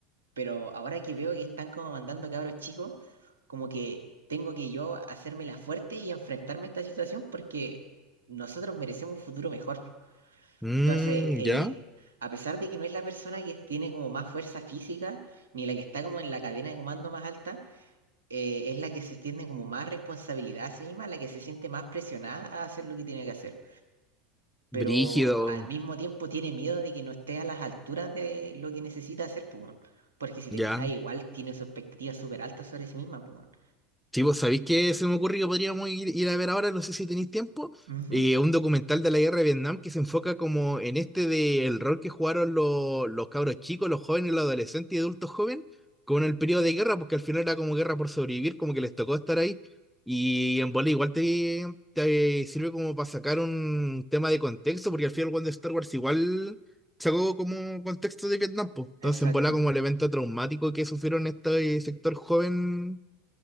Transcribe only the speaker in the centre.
mm,
ya,
brígido,
ya.
Sí, vos sabéis que se me ocurrió podríamos ir, ir a ver ahora, no sé si tenéis tiempo,
eh, un documental de la guerra de Vietnam que se enfoca como en este de el rol que jugaron los, los cabros chicos, los jóvenes, los adolescentes y adultos jóvenes con el periodo de guerra, porque al final era como guerra por sobrevivir, como que les tocó estar ahí. Y en bola igual te, te sirve como para sacar un tema de contexto, porque al final cuando Star Wars igual sacó como contexto de Vietnam, pues. Entonces
en bola como el evento traumático que sufrieron este sector joven